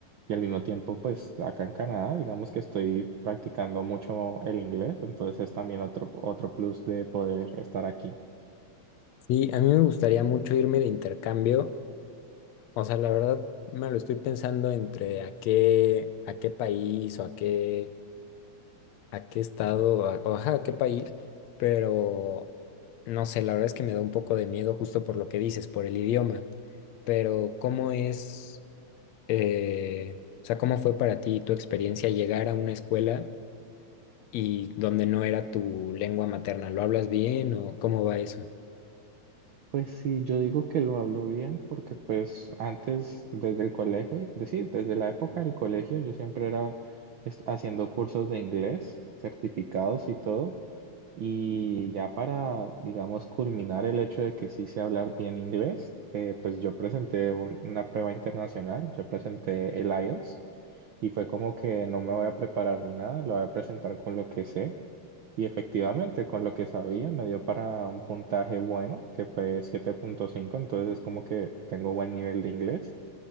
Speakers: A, on the right; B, on the left.
A: y al mismo tiempo pues acá en Canadá digamos que estoy practicando mucho el inglés, entonces es también otro, otro plus de poder estar aquí.
B: Sí, a mí me gustaría mucho irme de intercambio. O sea, la verdad me lo estoy pensando entre a qué, a qué país o a qué, a qué estado, a- o ajá, a qué país, pero no sé, la verdad es que me da un poco de miedo justo por lo que dices, por el idioma. Pero ¿cómo es, eh, o sea, cómo fue para ti tu experiencia llegar a una escuela? y donde no era tu lengua materna. ¿Lo hablas bien o cómo va eso?
A: Pues sí, yo digo que lo hablo bien porque pues antes desde el colegio, es decir, desde la época del colegio yo siempre era est- haciendo cursos de inglés, certificados y todo. Y ya para, digamos, culminar el hecho de que sí sé hablar bien inglés, eh, pues yo presenté un- una prueba internacional, yo presenté el IELTS y fue como que no me voy a preparar ni nada, lo voy a presentar con lo que sé. Y efectivamente, con lo que sabía, me dio para un puntaje bueno, que fue siete punto cinco entonces es como que tengo buen nivel de inglés.